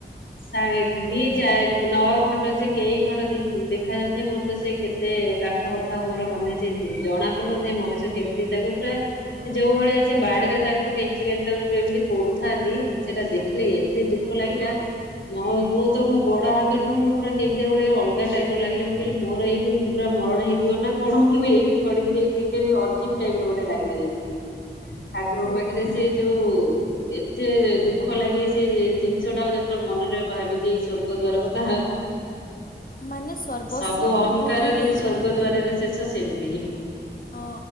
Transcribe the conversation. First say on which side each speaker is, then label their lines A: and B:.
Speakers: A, on the left (about 80°); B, on the left (about 50°).
A: ସାଢେ ଦି ଚାଏ ନଅ ଖଣ୍ଡ ସେ କେଇ ଖଣ୍ଡ ଦି ଦେଖାଯାଉଥାଏ ମୋର ତ ସେ କେତେ କାଠ କଥାଆ ଉ ମୋର ମନେ ସେ ଜଣା ପଡୁନଥାଏ ମଣିଷ କେମିତି ତାକୁ ପୁରା ସେ ଯୋଉ ଭଳିଆ ସେ ବାଡିରେ ତାଙ୍କୁ କେଞ୍ଚି କେଞ୍ଚ ତକୁ ଯୋଉ ଏମିତି ପୋଡୁଥାନ୍ତି ସେଟା ଦେଖିଲେ ଏତେ ଦୁଃଖ ଲାଗିଲା ମୋ ମୁ ତ ମୋ ଗୋଡ ହାତଠୁ ପୁରା କେମିତି ଗୋଟେ ଅଲଗା ଟାଇପ ର ଲାଗିଲା ମୁଁ କହିଲି ମୋର ଏଇଠି ପୁରା ମରଣ ହେଇଯିବ ନା କଣ। ମୁଁ ଏଇଠି ପଡିକି ଯେମିତି ଅଜିବ ଟାଇପ ଗୋଟେ ଲାଗିଲା ଯେମତି ଠାକୁରଙ୍କ
B: ଓହୋ
A: ପାଖରେ ସିଏ ଯୋଉ ସେ ଦୁଃଖ ଲାଗେ ସେ ଜିନିଷ ଟା ଯେତେବେଳେ ମନରେ ଭାବିଦିଏ ସ୍ୱର୍ଗଦ୍ୱାର କଥା।
B: ମାନେ ସର୍ବସ୍ୱ
A: ସବୁ
B: ପୁରା
A: ଅହଂଙ୍କାର
B: ଭୁଲି
A: ଯେମିତି
B: ହେଇଯାଏ
A: ସ୍ୱର୍ଗଦ୍ୱାରରେ ସେ ଏମିତି ହିଁ।
B: ହଁ